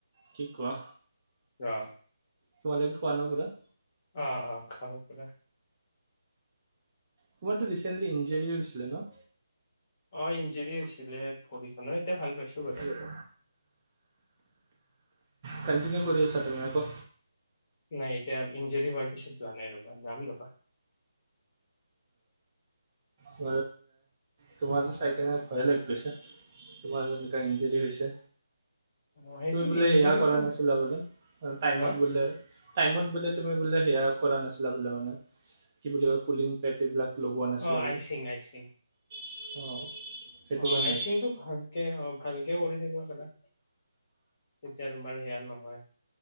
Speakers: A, on the right; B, on the left.
A: শিক কোৱা
B: অ
A: তোমালৈকে খোৱা না পুৰা
B: আহ অ খাব পা
A: তোমাৰতো ৰিচেণ্টলি ইঞ্জৰী হৈছিলে ন
B: অ ইঞ্জৰি হৈছিলে ভৰিখনত ভাল পাইছো বাৰু
A: কিহত কণ্টিনিউ কৰি আছা তুমি আকৌ
B: নাই এতিয়া ইঞ্জৰি হোৱাৰ পিছত যোৱা নাই ৰবা যাম লাবা
A: ব তোমাকো
B: ৰ'বা
A: চাই কিনে ভয়ে লাগি গৈছে তোমাৰ এনেকুৱা ইঞ্জৰি হৈছে
B: অ সেইটো
A: তুমি বোলে
B: ইঞ্জুৰিটো
A: সেয়া কৰা নাছিলা বোলে টাইমত
B: হা
A: বোলে <unintelligible> টাইমত বোলে তুমি বো সেয়া কৰা নাছিলা বোলে মানে কি বুলি ক পেট এইবিলাক লগোৱা নাছিলা
B: অ
A: বোলে
B: আহইচিং আয়চিং <unintelligible>
A: অ সেইটো
B: অ
A: কাৰণে
B: আইচিং
A: হৈছে
B: টো ভালকে অ ভালকে কৰি থাকিব পাদা তেতিয়া তোমাৰ সেয়া নহয় <unintelligible>